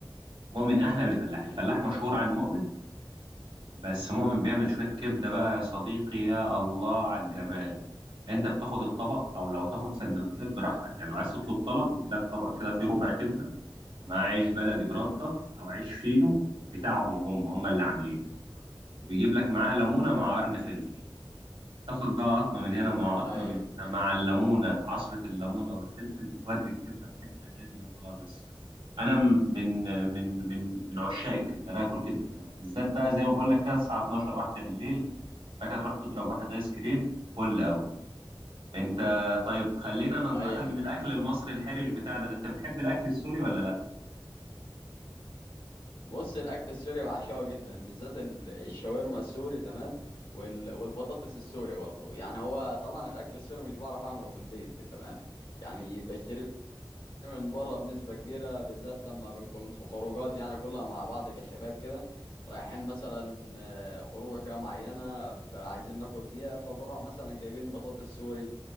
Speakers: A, on the right (about 80°); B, on the left (about 75°).
A: مؤمن احلى من الفلاح الفلاح مشهور عن مؤمن بس مؤمن بيعمل شويه كبده بقى يا صديقي يا الله على الجمال انت بتاخد الطبق او لو تاخد سندوتشات براحتك يعني لو عايز تطلب طلب بيجي لك طبق كده فيه ربع كبده ومعاه عيش بلدي برده او عيش فينو بتاعهم هم هم اللي عاملينه وبيجيب لك معاه ليمونه مع قرن فلفل تاخد بقى قطمة من هنا مع قطمة
B: ايوه
A: من هنا مع الليمونة عصرة الليمونة والفلفل بتودي الكبدة في حتة تانية خالص أنا م- من من من من عشاق الكبدة أنا آكل كبدة في أي وقت بالذات بقى زي ما بقول لك كده الساعة 12 واحدة بالليل بعد كده تروح تضرب واحد آيس كريم فل أوي أنت طيب خلينا ننتقل
B: ايوه
A: من الأكل المصري الحرج بتاعنا ده أنت بتحب الأكل السوري ولا لأ؟
B: بص الاكل السوري بعشقه جدا بالذات ال- الشاورما السوري تمام وال- والبطاطس السوري برضه يعني هو طبعا الاكل السوري مش بعرف اعمله في البيت للامانه يعني بشتري من بره بنسبة كبيرة بالذات لما بنكون في خروجات يعني كلها مع بعض كشباب كده رايحين مثلا آه، خروجة كده معينة فعايزين ناكل فيها فبروح مثلا جايبين بطاطس سوري